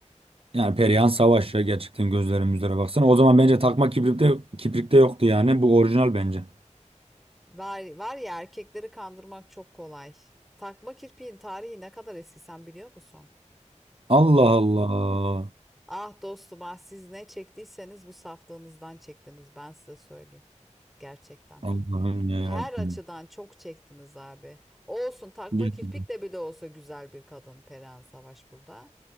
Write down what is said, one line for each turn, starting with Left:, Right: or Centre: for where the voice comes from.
Right: Yani Perihan Savaş ya gerçekten gözlerim yüzlere baksana. O zaman bence takma kibrikte, kibrikte yoktu yani. Bu orijinal bence.
Centre: Var, var ya erkekleri kandırmak çok kolay. Takma kirpiğin tarihi ne kadar eski sen biliyor musun?
Right: Allah Allah.
Centre: Ah dostum ah siz ne çektiyseniz bu saflığınızdan çektiniz ben size söyleyeyim. Gerçekten.
Right: Allah'ım ya
Centre: Her
Right: Rabbim.
Centre: açıdan çok çektiniz abi. Olsun takma
Right: Gerçekten.
Centre: kirpik de bile olsa güzel bir kadın Perihan Savaş burada.